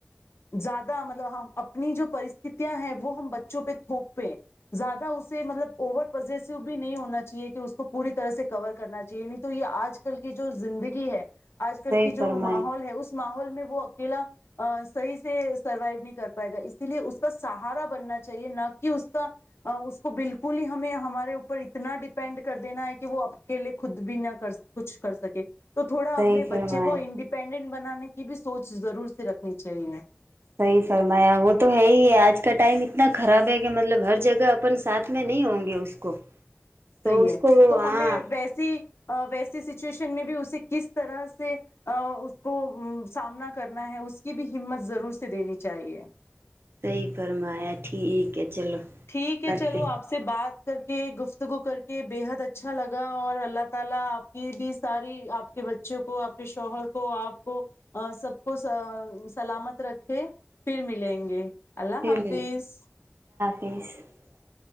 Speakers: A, on the left; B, on the right.
A: زیادہ مطلب اپنی جو پرستتیاں ہیں وہ ہم بچوں پہ تھوپ پے زیادہ اسے مطلب اوور پزیسو بھی نہیں ہونا چاہیے کہ اس کو پوری طرح سے کور کرنا چاہیے تو یہ آج کل کی جو زندگی ہے آج کل
B: صحیح
A: کی
B: فرمایا
A: جو ماحول ہے اس ماحول میں وہ اکیلا صحیح سے سروائو نہیں کر پائے گا اسی لیے اس کا سہارا بننا چاہیے نہ کہ اس کا اس کو بالکل ہی ہمیں ہمارے اوپر اتنا ڈپینڈ کر دینا ہے کہ وہ اکیلے خود بھی نہ کر کچھ کر سکے تو تھوڑا
B: صحیح
A: اپنے
B: فرمایا
A: بچے کو انڈیپینڈنٹ بنانے کی بھی سوچ ضرور سے رکھنی چاہیے
B: صحیح فرمایا وہ تو ہے ہی ہے آج کا ٹائم اتنا خراب ہے کہ مطلب ہر جگہ اپن ساتھ میں نہیں ہوں گے اس کو تو
A: صحیح
B: اس
A: ہے
B: کو
A: تو
B: ہاں
A: ہمیں ویسی ویسی سچویشن میں بھی اسے کس طرح سے اس کو سامنا کرنا ہے اس کی بھی ہمت ضرور سے دینی چاہیے
B: صحیح فرمایا ٹھیک ہے چلو
A: ٹھیک ہے
B: کرتے
A: چلو آپ سے بات گفتگو کر کے بے حد اچھا لگا اور اللہ تعالی اپ کی بھی ساری اپ کے بچوں کو اپ کے شوہر کو اپ کو سب کو سلامت رکھے پھر ملیں اللہ
B: پھر
A: حافظ
B: ملیں <unintelligible>